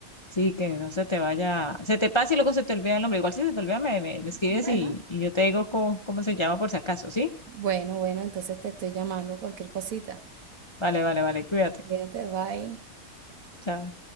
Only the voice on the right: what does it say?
Bueno,
bueno, bueno, entonces te estoy llamando cualquier cosita.
Fíjate, bye.